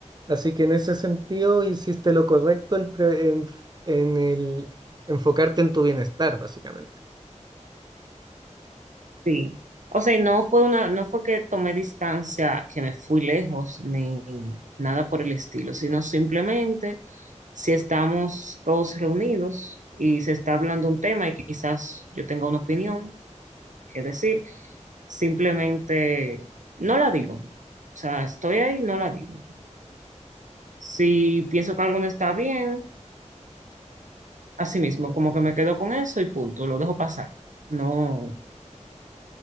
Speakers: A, on the right; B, on the right.
A: Así que en ese sentido hiciste lo correcto el pre- en, en el enfocarte en tu bienestar, básicamente.
B: Sí. O sea, no fue una, no fue que tomé distancia, que me fui lejos, ni nada por el estilo, sino simplemente si estamos todos reunidos y se está hablando un tema y quizás yo tenga una opinión que decir, simplemente no la digo. O sea, estoy ahí, no la digo. Si pienso que algo no está bien, así mismo, como que me quedo con eso y punto, lo dejo pasar. No,